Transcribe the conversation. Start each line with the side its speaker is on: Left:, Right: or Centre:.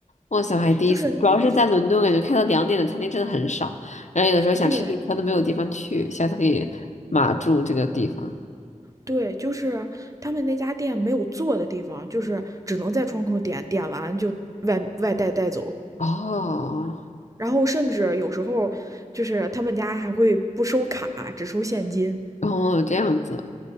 Left: 哇塞我还还第一次，
Right: 就是那
Left: 主要是在伦敦，感觉开到两点的餐厅真的很少，然后有的时候想吃点餐都没有地方去，
Right: 对。
Left: 下次可以码住这个地方。
Right: 对，就是他们那家店没有做的地方，就是只能在窗口点，点完就外外带带走。
Left: 哦，
Right: 然后甚至有时候就是他们家还会不收卡，只收现金。
Left: 哦，这样子，